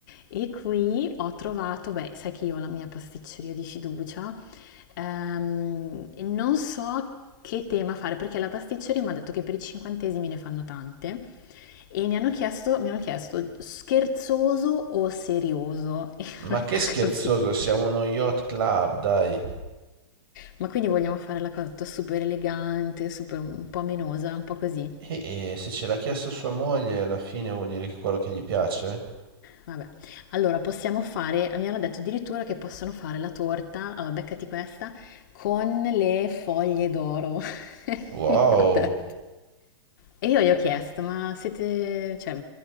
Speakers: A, on the left; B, on the right.
A: e qui ho trovato, beh, sai che io ho la mia pasticceria di fiducia, ehm, e non so che tema fare perché la pasticceria mi ha detto che per i cinquantesimi ne fanno tante e mi hanno chiesto, mi hanno chiesto scherzoso o serioso <laughs> e io
B: Ma
A: non ho
B: che scherzoso,
A: capito.
B: siamo uno yacht club, dai.
A: Ma quindi vogliamo fare la cosa super elegante, super un po' menosa, un po' così.
B: E, e se ce l'ha chiesto sua moglie, alla fine vuol dire che è quello che gli piace?
A: Vabbè, allora possiamo fare, mi hanno detto addirittura che possono fare la torta, allora beccati questa, con le foglie d'oro. <laughs>
B: Wow.
A: Io ho detto. E io gli ho chiesto, ma siete, cioè,